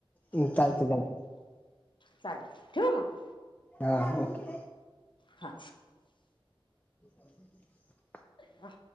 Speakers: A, on the left; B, on the left.
A: हम्म चालत चालत
B: चालेल ठेऊ मग
A: हां ओके
B: हा.
A: <unintelligible>
B: हा